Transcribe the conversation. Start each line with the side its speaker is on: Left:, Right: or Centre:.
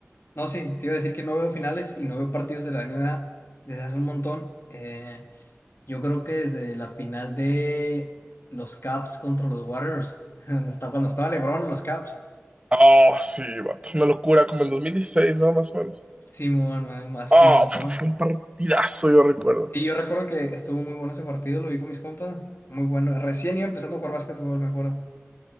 Left: No, sí, te iba a decir que no veo finales y no veo partidos de la NBA desde hace un montón. Eh, yo creo que desde la final de los Caps contra los Warriors, <laughs> cuando estaba cuando estaba LeBron en los Caps.
Right: Oh, sí, vato, una locura, como el 2016, ¿no? Más o menos.
Left: Simón, más
Right: Ah,
Left: un montón.
Right: fue, fue un partidazo, yo recuerdo.
Left: Y yo recuerdo que estuvo muy bueno ese partido, lo vi con mis compas. Muy bueno. Recién iba empezando a jugar básquetbol, me acuerdo.